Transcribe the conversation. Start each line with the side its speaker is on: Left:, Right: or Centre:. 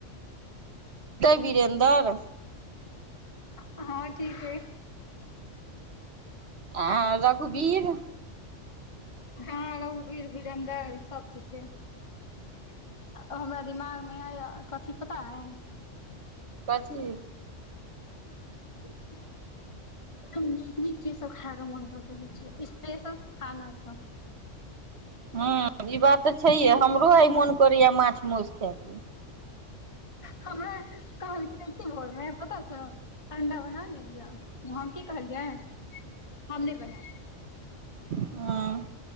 Right: के बीरेन्दर
Left: हँ ठीके
Right: आ रघुबीर
Left: ह रघुबीर बिरन्दर सब ठीक अच हमरा दिमाग मे ऐल कथी पता है
Right: कथी
Left: <inaudible> एकदम नीक नीक चीज सब खाय के मन कर रहै छै स्पेशल खाना सब
Right: हूँ ई बात तऽ छैहे हमरो आ मोन करैया माछ मोस खायके
Left: हमरा कहलखिन की बोल रहे है पता छौ अंडा बना लेलियअ हम की कहलियै हम नहि बना
Right: हँ